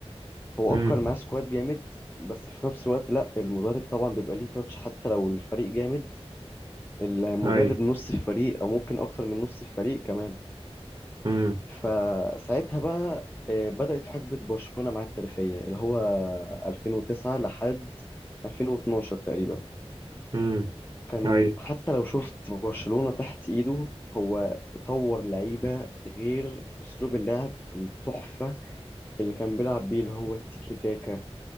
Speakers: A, on the left; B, on the right.
A: هو
B: امم
A: اه كان معاه سكواد جامد بس في نفس الوقت لا المدرب طبعا بيبقى ليه تاتش حتى لو الفريق جامد المدرب
B: اي
A: نص الفريق او ممكن اكتر من نص الفريق كمان
B: امم
A: فساعتها بقى آه، بدأت حقبة برشلونة معاه التاريخية اللي هو 2009 لحد 2012 تقريبا
B: امم
A: كان
B: اي
A: حتى لو شفت برشلونة تحت ايده هو طور لعيبة غير اسلوب اللعب التحفة اللي كان بيلعب بيه اللي هو التيكي تاكا